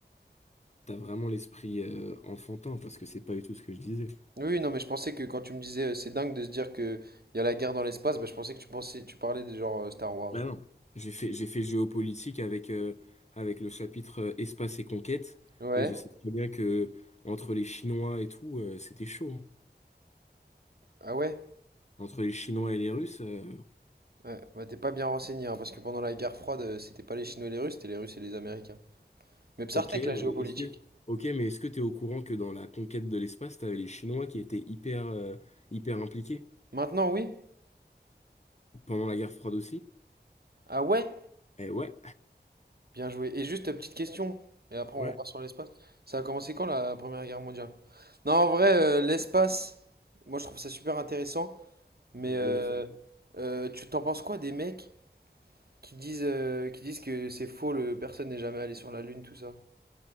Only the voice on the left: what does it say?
t'as vraiment l'esprit euh, enfantin parce que c'est pas du tout ce que je disais.
Bah
non, j'ai fait, j'ai fait géopolitique avec, euh, avec le chapitre euh, espace et conquête
et je sais très bien que entre les Chinois et tout, euh, c'était chaud. hein.
Entre les Chinois et les Russes, euh,
Ok, mais
est-ce que, ok, mais est-ce que t'es au courant que dans la conquête de l'espace, t'avais les Chinois qui étaient hyper, euh, hyper impliqués
pendant la guerre froide aussi?
Eh ouais,
ouais,
en
1910.